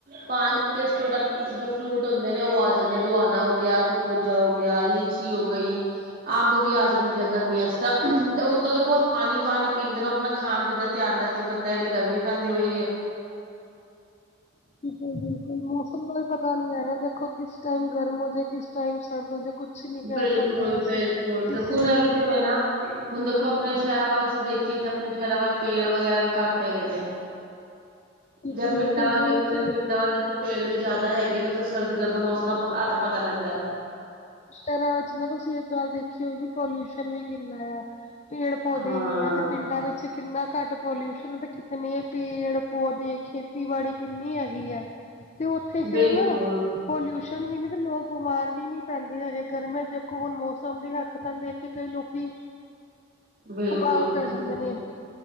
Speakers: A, on the right (about 50°); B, on the left (about 35°).
A: ਪਾਣੀ ਇਸ ਪ੍ਰੋਡਕਟ ਜੋ ਫਰੂਟ ਹੁੰਦੇ ਨੇ ਉਹ ਆ ਜਾਂਦੇ ਨੇ, ਦੁਆਣਾ ਹੋ ਗਿਆ, ਖਰਬੂਜਾ ਹੋ ਗਿਆ, ਲੀਚੀ ਹੋ ਗਈ ਅੰਬ ਵੀ ਆ ਜਾਂਦੇ ਆ ਗਰਮੀਆਂ ਚ ਤਾਂ। ਉੱਤੋਂ ਦੇਖੋ ਪਾਣੀ ਪਾਣੀ ਪੀਂਦੇ ਰਹੋ ਆਪਣਾ ਖਾਣ ਪੀਣ ਦਾ ਧਿਆਨ ਰੱਖੇ ਬੰਦਾ ਐਡੀ ਗਰਮੀ ਪੈਂਦੀ ਪਈ ਏ <inaudible>
B: ਬਿਲਕੁਲ ਬਿਲਕੁਲ ਮੌਸਮ ਦਾ ਵੀ ਪਤਾ ਨੀ ਹੈਨਾ ਦੇਖੋਂ ਕਿਸ ਟਾਈਮ ਗਰਮ ਹੋ ਜੇ, ਕਿਸ ਟਾਈਮ ਸਰਦ ਹੋ ਜੇ ਕੁਛ ਨੀ ਕਹਿ
A: ਬਿਲਕੁਲ
B: ਸਕਦੇ ਅਸੀਂ
A: ਬਿਲਕੁਲ
B: ਕਿਸੇ
A: ਦੇਖੋਂ ਨਾ
B: ਨੂੰ
A: ਏ ਵੀ ਤੇਵੇ ਨਾ ਹੁਣ ਦੇਖੋਂ ਆਪਣੇ ਸ਼ਹਿਰਾਂ ਵੱਲ ਅਸੀਂ ਦੇਖੀਏ ਤੇ ਆਪਣੇ ਸ਼ਹਿਰਾਂ ਵੱਲ ਪੇੜ ਵਗੈਰਾ ਵੀ ਘੱਟ ਹੈਗੇ ਨੇ
B: ਬਿਲਕੁਲ,
A: ਜੇ ਪਿੰਡਾਂ ਵੱਲ ਵੇਖੀਏ
B: ਵਿੱਚ
A: ਤਾਂ ਪਿੰਡਾਂ ਵੱਲ ਪੇੜ ਵੀ ਜਾਦਾ ਹੈਗੇ ਨੇ ਉੱਥੇ ਸਰਦ ਗਰਦ ਦਾ ਮੌਸਮ ਦਾ ਪਤਾ ਅਤਾ- ਪਤਾ ਰਹਿੰਦੈ।
B: ਸ਼ਹਿਰਾਂ ਵਿੱਚ ਨਾ ਤੁਸੀਂ ਇੱਕ ਗੱਲ ਦੇਖੀ ਹੋਏਗੀ ਪੋਲਿਯੂਸ਼ਨ ਵੀ ਕਿੰਨਾ ਏਆ। ਪੇੜ ਪੌਦੇ
A: ਹਾਂ
B: ਨੀ ਹੈ ਤੇ ਪਿੰਡਾਂ ਵਿੱਚ ਕਿੰਨਾ ਘੱਟ ਪੋਲਿਯੂਸ਼ਨ ਤੇ ਕਿਤਨੇ ਪੇੜ ਪੌਦੇ ਖੇਤੀਬਾੜੀ ਕਿੰਨੀ ਹੈਗੀ ਐਂ ਤੇ ਉੱਥੇ ਫ਼ੇਰ
A: ਬਿਲਕੁਲ
B: ਨਾ ਪੋਲਿਯੂਸ਼ਨ ਵੀ ਨੀ ਤੇ ਲੋਕ ਬਿਮਾਰ ਵੀ ਨੀ ਪੈਂਦੇ ਹੈਗੇ ਗਰਮੀਆਂ ਦੇਖੋਂ ਹੁਣ ਮੌਸਮ ਦੀ ਹਰਕਤਾਂ ਨੂੰ ਦੇਖ ਕੇ ਕਈ ਲੋਕੀਂ
A: ਬਿਲਕੁਲ
B: ਬਮਾਰ ਪੈ
A: ਬਿਲਕੁਲ
B: ਜਾਂਦੇ ਨੇ।